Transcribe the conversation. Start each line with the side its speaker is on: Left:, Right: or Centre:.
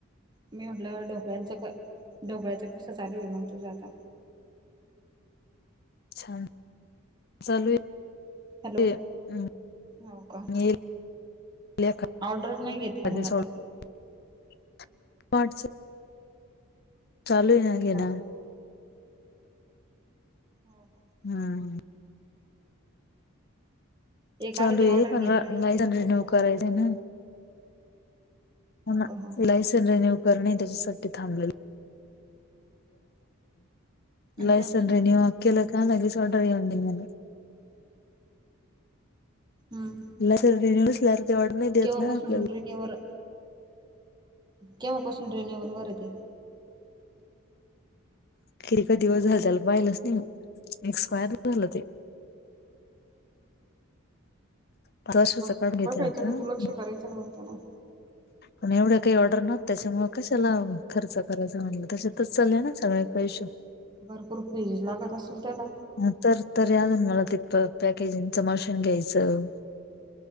Right: मी म्हटलं ढोकळ्यांच -ढोकळ्याच कस तं चालू आहे मग तुझं आता.
Left: अच्छा चालू
Right: हॅलो
Left: <unintelligible>
Right: हो का ऑर्डर नाही घेत का मग आता
Left: <unintelligible> चालू आहे ना
Right: हो
Left: घेन.
Right: का हो का?
Left: हम.
Right: एक
Left: चालू
Right: अर्धी
Left: आहे
Right: ऑर्डर
Left: पण
Right: घेत राहायचं
Left: लायसन
Right: मग
Left: रिन्यू
Right: कसं आपलं
Left: करायचंय
Right: पण
Left: ना हो ना
Right: का हा
Left: इलाईस रिन्यू करणे त्याच्यासाठी थांबलेले <unintelligible> इलाईस
Right: अच्छा अच्छा
Left: आणि रिन्यू केल का लगेच ऑर्डर येऊ दे म्हणे.
Right: हम्,
Left: लायसन रिन्यू असल्यावर ते ऑर्डर नाही देत
Right: केव्हापासून
Left: ना आपल्याला
Right: रीनिवर केव्हापासून रिन्यवल वर ते?
Left: कि क दिवस झालं त्याला पाहिलंच नाही, एक्सपायर झालं ते. पाच वर्षाच
Right: हो का,
Left: काढून घेते
Right: बघायचं
Left: आता
Right: ना तू लक्ष करायचं ना म्हणतेना.
Left: पण एवढे काही ऑर्डर नव्हत्या
Right: हो
Left: त्याच्यामुळे कशा तेला खर्च करायच म्हटलं त्याच्यातच चालले ना सगळे पैसे.
Right: भरपूर फीज लागत असेल त्याला?
Left: ह तर, तरी अजून मला तिथं पॅकेजिंग चं मशीन घ्यायचं.